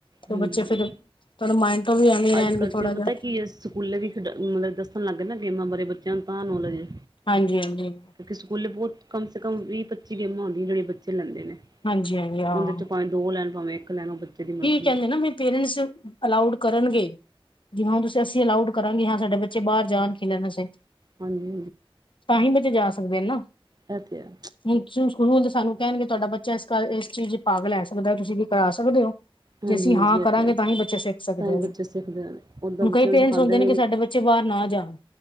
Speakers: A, on the left; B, on the right.
A: ਤੇ
B: ਹਾਂਜੀ
A: ਬੱਚੇ ਫਿਰ ਮਾਇੰਡ ਤੋਂ ਵੀ ਐਵੇ ਰਹਿਣ
B: ਅੱਜ ਕੱਲ
A: ਗੇ ਥੋੜਾ
B: ਤੇ ਪਤਾ
A: ਜਾ।
B: ਕੀ ਹੈ ਸਕੂਲੇ ਵੀ ਖੇਡ ਦੱਸਣ ਲੱਗ ਗਏ ਨਾ ਗੇਮਾਂ ਬਾਰੇ ਬੱਚਿਆਂ ਨੂੰ ਤਾਂ ਨੌਲੇਜ ਏ।
A: ਹਾਂਜੀ-ਹਾਂਜੀ।
B: ਕਿਉਂਕਿ ਸਕੂਲੇ ਬਹੁਤ ਕਮ ਸੇ ਕਮ ਵੀਹ-ਪੱਚੀ ਗੇਮਾ ਹੁੰਂਦੀਆਂ ਜੜੇ ਆਂ ਬੱਚੇ ਲੈਂਦੇ ਨੇ।
A: ਹਾਂਜੀ-ਹਾਂਜੀ ਹਾਂ
B: ਓਦੇ ਚ ਪਾਵੇਂ ਦੋ ਲੈਣ ਪਾਵੇਂ ਇੱਕ ਲੈਣ ਓ ਬੱਚੇ ਦੀ ਮਰਜੀ
A: ਕੈੰਦੇ ਨਾ ਵੀ ਪੇਰੈਂਟਸ ਅਲਾਊਡ ਕਰਨਗੇ। ਜਿਵੇਂ ਹੁਣ ਤੁਸੀਂ-ਅਸੀਂ ਅਲਾਊਡ ਕਰਾਂਗੇ ਹਾਂ ਸਾਡੇ ਬੱਚੇ ਬਾਹਰ ਜਾਣ ਖੇਲਣ ਵਾਸਤੇ।
B: ਹਾਂਜੀ
A: ਤਾਂਹੀ, ਬੱਚੇ ਜਾ ਸਕਦੇ ਨਾ। ਹੁਣ,
B: ਹਾਂਜੀ ਇਹ ਤੇ ਹੈ
A: ਹੁਣ <unintelligible> ਸਕੂਲ ਸਾਨੂੰ ਕਹਿਣ ਗੇ ਤੁਆਡਾ ਬੱਚਾ ਇਸ ਕਰ ਇਸ ਚੀਜ਼ ਚ ਭਾਗ ਲੈ ਸਕਦਾ ਤੁਸੀਂ ਵੀ ਕਰਾ ਸਕਦੇ ਹੋ।
B: ਹਾਂਜੀ
A: ਜੇ ਅਸੀਂ
B: ਹਾਂਜੀ
A: ਹਾਂ ਕਰਾਂਗੇ,
B: ਇਹ ਤੇ ਹੈ
A: ਤਾਂ ਹੀ ਬੱਚੇ ਸਿੱਖ ਸਕਦੇ
B: ਤਾਂ ਹੀ
A: ਨੇ।
B: ਬੱਚੇ ਸਿੱਖਦੇ ਨੇ ਓਦਾਂ
A: ਹੁਣ
B: ਬੱਚਿਆਂ
A: ਕਈ
B: ਨੂੰ
A: ਪੇਰੈਂਟਸ
B: ਸਿਖਾਉਂਦੇ
A: ਹੁੰਦੇ ਨੇ ਕਿ, ਸਾਡੇ ਬੱਚੇ ਬੱਚੇ ਬਾਹਰ ਨਾ ਜਾਣ।